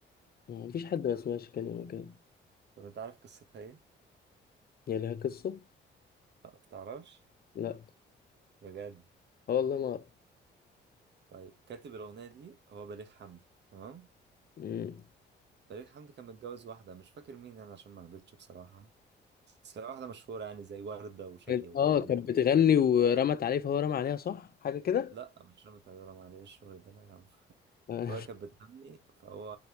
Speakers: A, on the left (about 50°); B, on the right (about 60°).
A: مفيش حد ما سمعش كان مكان
B: طب انت عارف قصتها ايه؟
A: هي لها قصه
B: لا بتعرفش؟
A: لا
B: بجد
A: اه والله ما
B: طيب كاتب الأغنية دي هو بليغ حمدي تمام؟
A: مم.
B: بليغ حمدي كان متجوز واحدة مش فاكر مين يعني عشان ما قابلتش بصراحة بس هي واحدة مشهورة يعني زي وردة وشادية
A: كانت-
B: وواحدة
A: اه كانت
B: من دول
A: بتغني ورمت عليه فهو رمى عليها صح حاجه كده
B: لا مش رامي طيارة معلش الشغل ده لا يا عم <laughs>
A: <laughs> آه.
B: هو كانت بتغني فهو